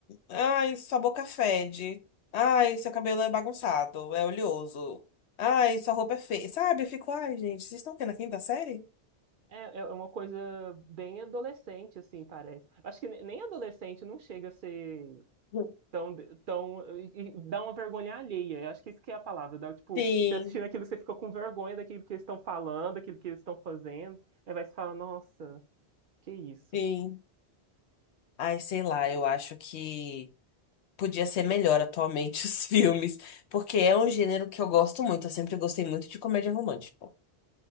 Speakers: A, on the left (about 80°); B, on the right (about 55°).
A: ai, sua boca fede. Ai, seu cabelo é bagunçado, é oleoso. Ai, sua roupa é feia. Sabe? Eu fico, ai, gente, vocês estão aqui na quinta série?
B: É, é é uma coisa bem adolescente, assim, parece. Acho que ne- nem adolescente não chega a ser
A: <laughs>
B: tão, tão, e- e dá uma vergonha alheia. Eu Acho que isso que é a palavra. Dá, tipo,
A: Sim,
B: você assistindo aquilo, você fica com vergonha daquilo que eles estão falando, daquilo que eles estão fazendo. Aí vai se falar, nossa, que isso.
A: sim. Ai, sei lá, eu acho que podia ser melhor atualmente os <laughs> filmes, porque é um gênero que eu gosto muito, eu sempre gostei muito de comédia romântica.